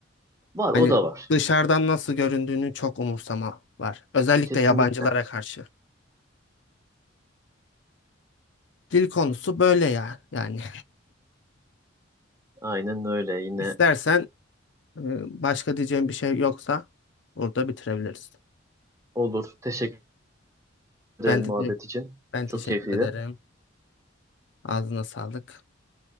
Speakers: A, on the right; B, on the left.
A: Var
B: Hani
A: o da var.
B: dışarıdan nasıl göründüğünü çok umursama var. Özellikle
A: Kesinlikle.
B: yabancılara karşı. Dil konusu böyle ya yani.
A: Aynen öyle.
B: <laughs>
A: Yine
B: İstersen Ee, Başka diyeceğim bir şey yoksa burada bitirebiliriz.
A: olur. Teşekkür ederim
B: Ben de
A: muhabbet için.
B: ben
A: Çok
B: teşekkür
A: keyifliydi.
B: ederim. Ağzına sağlık.